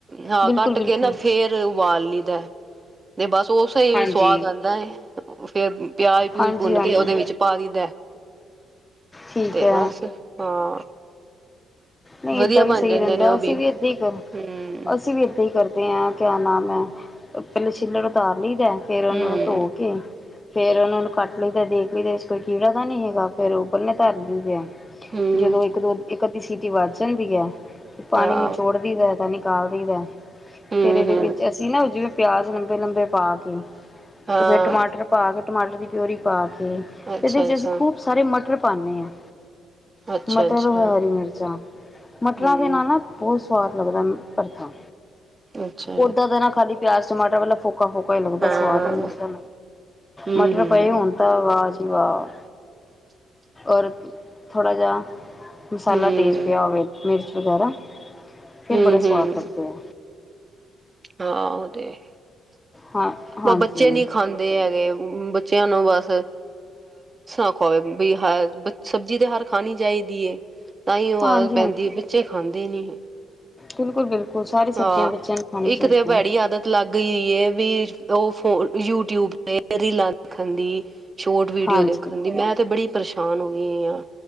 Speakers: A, on the right; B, on the left.
A: ਹਾਂ,
B: ਬਿਲਕੁਲ
A: ਕੱਟ
B: ਬਿਲਕੁਲ
A: ਕੇ ਨਾ ਫੇਰ ਉਬਾਲ ਲਈਦਾ ਤੇ ਬਸ ਉਸਾਈ
B: ਹਾਂਜੀ
A: ਸਵਾਦ ਆਂਦਾ ਏ ਫੇਰ। ਪਿਆਜ-ਪਊਜ
B: ਹਾਂਜੀ
A: ਭੁੰਨ
B: ਹਾਂਜੀ
A: ਕੇ ਓਦੇ ਵਿੱਚ ਪਾ ਦਈਦੈ
B: ਠੀਕ
A: ਤੇ
B: ਹੈ
A: ਬਸ, ਹਾਂ।
B: ਨਈਂ
A: ਵਧੀਆ
B: ਏਦਾਂ ਵੀ
A: ਬਣ
B: ਸਈ
A: ਜਾਂਦੇ
B: ਰੈਂਦਾ।
A: ਨੇ ਉਹ
B: ਅਸੀ ਵੀ ਏਦਾਂ ਈ ਕਰ
A: ਹੂੰ,
B: ਅਸੀ ਵੀ ਏਦਾਂ ਈਂ ਕਰਦੇ। ਕਿਆ ਨਾਮ ਏ ਪੈਲੇ ਛਿੱਲੜ ਉਤਾਰ ਲਈ ਦਾ ਫੇਰ ਓਨੂੰ
A: ਹੂੰ, ਹੂੰ।
B: ਧੋਕੇ ਫੇਰ ਓਨਾ ਨੂੰ ਕੱਟ ਲਈਦੈ ਤੇ ਦੇਖ ਲਈਦੈ ਤੇ ਕੋਈ ਕੀੜਾ ਤਾਂ ਨਈਂ ਹੈਗਾ ਫੇਰ ਉਬਲਨੇ ਧਰ ਦਈ ਦੇ ਐ।
A: ਹੂੰ
B: ਜਦੋਂ ਇੱਕ ਦੋ ਇੱਕ ਅੱਧੀ ਸੀਟੀ ਵੱਜ ਜਾਂਦੀ ਐ ਤੇ ਪਾਣੀ
A: ਹਾਂ,
B: ਨੀਚੋੜ ਨਿਕਾਲ ਦਈਦੈ
A: ਹੂੰ,
B: ਫੇਰ ਏਦੇ
A: ਹੂੰ
B: ਵਿੱਚ ਸੀ ਨਾ ਓ ਜਿਵੇਂ ਪਿਆਜ ਲੰਬੇ-ਲੰਬੇ ਪਾਕੇ,
A: ਹਾਂ
B: ਤੇ ਫੇਰ ਟਮਾਟਰ ਪਾ ਕੇ ਟਮਾਟਰ ਦੀ ਪਿਓਰੀ ਪਾਕੇ
A: ਅੱਛਾ-ਅੱਛਾ।
B: ਈਦੇ ਚ ਅਸੀ ਖੂਬ ਸਾਰੇ ਮਟਰ ਪਾਨੇ ਆਂ।
A: ਅੱਛਾ-ਅੱਛਾ
B: ਮਟਰ ਹੋਰ ਹਰੀ ਮਿਰਚ। ਮਟਰਾਂ
A: ਹੂੰ
B: ਦੇ ਨਾਲ ਨਾ ਬੋਤ ਸਵਾਦ ਲੱਗਦਾ ਪਰਥਾ।
A: ਅੱਛਾ
B: ਓਦਾਂ ਦਾ ਨਾ ਖਾਲੀ ਪਿਆਜ-ਟਮਾਟਰ ਵਾਲਾ ਫੁਕ ਫੋਕਾ-ਫੋਕਾ ਈ ਲੱਗਦੈ
A: ਹਮ ਅੱਛਾ ਹਾਂ।
B: ਸਵਾਦ ਨਈਂ ਲੱਗਦੈ
A: ਹੂੰ,
B: ਮਟਰ
A: ਹੂੰ,
B: ਪਏ ਹੋਣ ਤਾਂ ਵਾ ਜੀ ਵਾ, ਔਰ ਥੋੜਾ ਜੇਆ ਮਸਾਲਾ
A: ਹੂੰ,
B: ਤੇਜ਼ ਪਿਆ ਹੋਵੇ ਮਿਰਚ ਵਗੈਰਾ ਫੇਰ
A: ਹੂੰ,
B: ਬੜੇ ਸਵਾਦ ਲੱਗਦੇ
A: ਹੂੰ
B: ਐ।
A: ਹਾਂ ਓ ਤੇ ਹੈਈ
B: ਹਾਂ ਹਾਂਜੀ
A: ਬਸ ਬੱਚੇ ਨੀਂ ਖਾਂਦੇ। ਦੇ ਹੈਗੇ ਬੱਚੇਆਂ ਨੂੰ ਬਸ ਅ ਖਾਵੇ ਬ ਹ ਸਬਜੀ ਤੇ ਹਰ ਖਾਣੀ ਚਾਈਦੀਐ। ਤਾਂਈਓ
B: ਹਾਂਜੀ
A: ਆਦਤ ਪੈਂਦੀ ਐ, ਬੱਚੇ ਖਾਂਦੇ ਨੀ।
B: ਬਿਲਕੁਲ-ਬਿਲਕੁਲ ਸਾਰੀ ਸਬਜ਼ੀਆਂ
A: ਹਾਂ।
B: ਬੱਚਿਆਂ ਨੂੰ ਖਾਨੀਆਂ
A: ਇੱਕ
B: ਚਾਈਦੀਐ।
A: ਤੇ ਭੈੜੀ ਆਦਤ ਲੱਗ ਹੀਈ ਐ ਵੀ ਓ ਫੋ ਯੂਟਿਊਬ ਤੇ ਰੀਲਾਂ ਦੇਖਣ ਦੀ। ਸ਼ੋਰਟ ਵੀਡੀਓ
B: ਹਾਂਜੀ
A: ਦੇਖਣ ਦੀ। ਮੈਂ ਤੇ ਬੜੀ ਪਰੇਸ਼ਾਨ ਹੋ ਗਈ ਆ